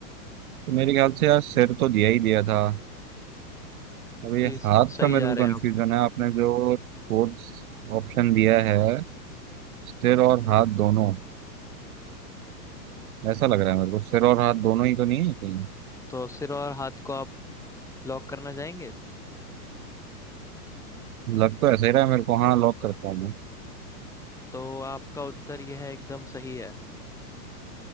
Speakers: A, on the right (about 60°); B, in the centre.
A: तो मेरे ख्याल से यार सिर तो दिया ही दिया था अब ये
B: जी स-
A: हाथ
B: सही
A: का मेरे
B: जा
A: को
B: रहे
A: कंफ्यूजन
B: हैं आप
A: है आपने जो फोर्थ ऑप्शन दिया है सिर और हाथ दोनों ऐसा लग रहा है मेरे को सिर और हाथ दोनों ही तो नहीं है कहीं
B: तो सिर और हाथ को आप लॉक करना चाहेंगे
A: लग तो ऐसा ही रहा है मेरे को हाँ लॉक करता हूँ मैं
B: तो आपका उत्तर यह है एकदम सही है